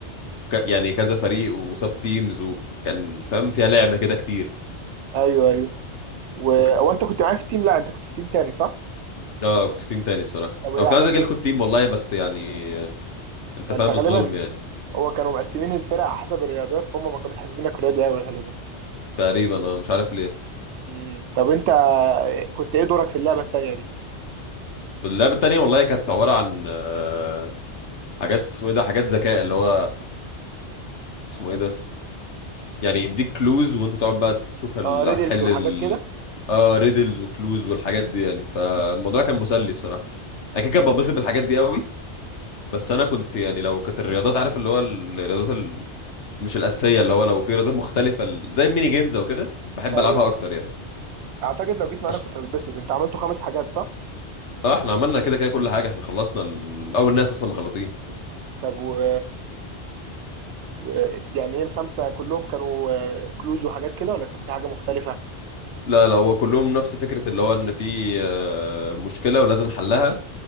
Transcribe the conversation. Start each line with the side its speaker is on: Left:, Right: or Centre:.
Left: ك- يعني كذا فريق وسب تيمز وكان فاهم فيها لعبه كده كتير
Right: ايوه ايوه و... هو
Left: وك...
Right: انت كنت معايا في التيم لا انت كنت في تيم تاني صح
Left: اه كنت في تيم تاني الصراحه
Right: او
Left: انا
Right: ايه
Left: كنت
Right: عملت
Left: عايز اجي
Right: ايه
Left: لكم التيم والله بس يعني آه، انت
Right: ما
Left: فاهم
Right: انت غالبا
Left: الظلم يعني
Right: هو كانوا مقسمين الفرق على حسب الرياضيات فهم ما كانوش حاسبينك رياضي قوي غالبا
Left: تقريبا انا مش عارف ليه
Right: امم طب انت كنت ايه دورك في اللعبة التانية دي
Left: في اللعبه التانيه والله كانت عباره عن آه، حاجات اسمه ايه ده حاجات ذكاء اللي هو اسمه ايه ده يعني يديك كلوز وانت تقعد بقى تشوف ال...
Right: اه ريدلز
Left: هتحل
Right: وحاجات
Left: ال...
Right: كده
Left: اه ريدلز وكلوز والحاجات دي يعني فالموضوع كان مسلي الصراحه انا
Right: مم.
Left: كده كده بنبسط بالحاجات دي قوي بس انا كنت يعني لو كانت الرياضات عارف اللي هو الرياضات ال... مش الاساسيه اللي هو لو في رياضات مختلفه ال- زي الميني جيمز او كده بحب
Right: ايوه
Left: العبها اكتر يعني
Right: اعتقد لو جيت معانا
Left: عش...
Right: كنت هتتبسط انت عملته خمس حاجات صح
Left: اه احنا عملنا كده كده كل حاجه احنا خلصنا ال... او الناس اصلا مخلصين
Right: طب و ويعني ايه الخمسة كلهم كانوا آه، كلوز وحاجات كده ولا كان في حاجة مختلفة؟
Left: لا لا هو كلهم نفس فكره اللي هو ان في آه، مشكله ولازم حلها